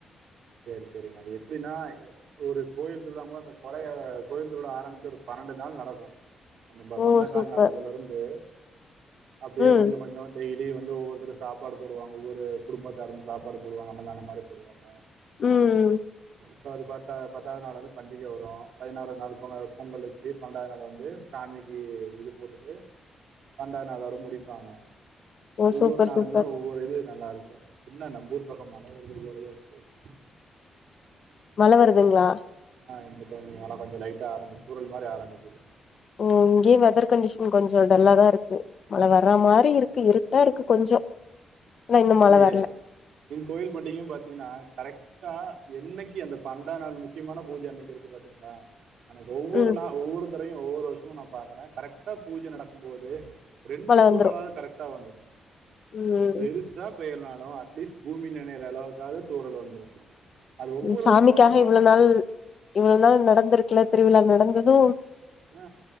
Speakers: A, on the right (about 70°); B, on the left (about 45°).
A: சேரி செரிங்க அது எப்டினா எ ஒரு கோவில் திருவிழா போது அந்த கொலைய கோயில் திருவிழா ஆரம்பிச்சு ஒரு பன்னெண்டு நாளு நடக்கு நம்ப
B: ஓ
A: பந்தக்கால்
B: சூப்பர்
A: நடுறதுலருந்து அப்டியே
B: ம்
A: கொஞ்சோ கொஞ்சோ டெய்லியு வந்து ஒவ்வொருத்தரு சாப்பாடு போடுவாங்க ஒவ்வொரு குடும்பத்தாரும் சாப்பாடு போடுவாங்க அன்னதானம் மாறி போடுவாங்க
B: ம்ம்
A: இப்போ ஒரு பத்தா பத்தாவ்து நாளு வந்து பண்டிக வரு பதினாறாவ் நாளு போங்க பொங்கல் வச்சு பன்னெண்டாவ்து நாள் வந்து சாமிக்கி இது போட்டுட்டு பண்டாவ்து‌ நாளோட முடிப்பாங்க
B: ஓ
A: ஒவ்வொரு
B: சூப்பர்
A: நாளுமே
B: சூப்பர்
A: ஒவ்வொரு இது நல்லா இருக்கு இன்னா நம்ம ஊர் பக்கோ மழ வருது போலயே இருக்கு பேச்சி
B: மழ வருதுங்களா
A: ஆ இந்தடைமு மழ கொஞ்சோ லைட்டா தூறல் மாறி ஆரம்பிக்குது
B: ஓ இங்கேயே வெதர் கண்டிஷனர் கொஞ்சோ டல்லா தா இருக்கு மழ வர்றா மாறி இருக்கு இருட்டா இருக்கு கொஞ்சோ ஆனா இன்னு மழ
A: ஆ
B: வரல
A: எ என் கோயில் பண்டிகையு பாத்தீங்ன்னா கரெக்ட் டா என்னைக்கி அந்த பந்தா நாளு முக்கியமான பூஜ அன்னைக்கி இருக்கு பாத்தீங்களா அனைக்கி ஒவ்வொரு
B: ம்
A: நா ஒவ்வொரு தரையு ஒவ்வொரு வருஷமு நா பாக்குறே கரெக்டா பூஜ நடக்கும் போது ரெண்டு
B: மழ
A: தூரளாவுது
B: வந்துரு
A: கரெக்டா வந்துது
B: ம்
A: பெருசு தா‌ பெய்லனாலு அட்லீஸ்ட் பூமி நனையிற அளவுக்காது தூரல் வந்துரு அது ஒவ்வொரு
B: ம் சாமிக்காக
A: வருசமு நா பாக்குறே
B: இவ்ளோ நாள் இவ்ளோ நாள் நடந்துருக்குல திருவிழா நடந்தது
A: அ